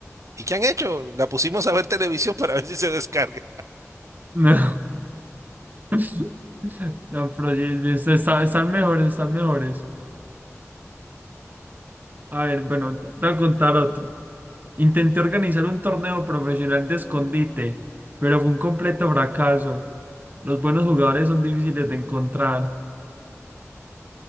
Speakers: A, on the right (about 75°); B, on the right (about 35°).
A: ¿Y qué han hecho? La pusimos a ver televisión para ver si se descarga.
B: No. <laughs> No, pero sí, sí, están, están mejores, están mejores. A ver, bueno, te voy a contar otro. Intenté organizar un torneo profesional de escondite, pero fue un completo fracaso. Los buenos jugadores son difíciles de encontrar,